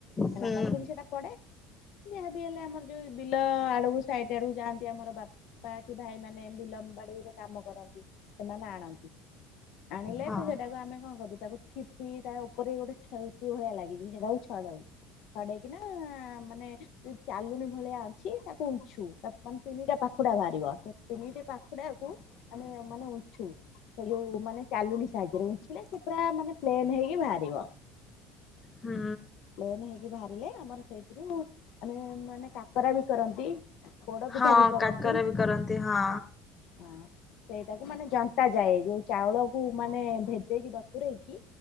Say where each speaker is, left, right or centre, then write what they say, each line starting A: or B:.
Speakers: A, on the left (about 65°); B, on the left (about 25°).
A: ହେଲା
B: ହୁଁ
A: ପାଚିକି ସେଟା ପଡେ। ଯାହା ବି ହେଲେ ଆମର ଯୋଉ ବିଲ ଆଡକୁ ସାଇଟ୍ ଆଡକୁ ଯାଆନ୍ତି ଆମର ବା ପା କି ଭାଇ ମାନ ବିଲ ବାଡିରେ କାମ କରନ୍ତି ସେମାନେ ଆଣନ୍ତି। ଆଣିଲେ
B: ହଁ
A: ତ ସେଟାକୁ ଆମେ କଣ କରୁ ତାକୁ ଠି ପି ତାର ଉପରେ ବି ଗୋଟେ ଠେପି ଭଳିଆ ଲାଗିଥାଏ ସେଇଟାକୁ ଛଡଉ। ଛଡେଇକି ନା ମାନେ ଚାଲୁଣୀ ଭଳିଆ ଅଛି ତାକୁ ଉଛୁ ତାକୁ ମାନେ ତିନିଟା ପା ଖୁଡା ବାହାରିବ ସେ ତିନିଟି ପାଖୁଡାକୁ ଆମେ ମାନେ ଉଛୁ ସେ ଯୋଉ ମାନେ ଚାଲୁଣି ସାହାଯ୍ୟରେ ଊଛିଲେ ସେ ପୁରା ମାନେ ପ୍ଲେନ୍ ହେଇକି ବାହାରିବ।
B: ହୁଁ।
A: ପ୍ଲେନ୍ ହେଇକି ବାହାରିଲେ ଆମର ସେଇଥିରୁ ମାନେ ମାନେ କାକରା ବି କରନ୍ତି। ପୋଡ ପିଠା
B: ହଁ
A: ବି କରନ୍ତି।
B: କାକରା ବି କରନ୍ତି ହଁ।
A: ହଁ ସେଇଟାକୁ ମାନେ ଜନ୍ତା ଯାଏ ଯୋଉ ଚାଉଳକୁ ମାନେ ଭେଦେଇକି ବତୁରେଇକି